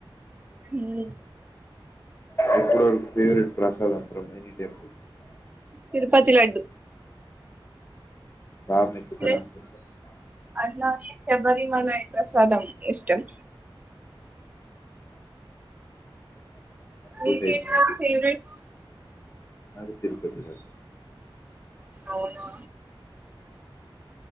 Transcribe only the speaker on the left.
ఎప్పుడు ఫేవరెట్ ప్రసాదం from any temple
బాగా మెక్కుతారు
అనుకుంటా
టూ టైప్స్
అండి
నాకు తిరుపతి లడ్డు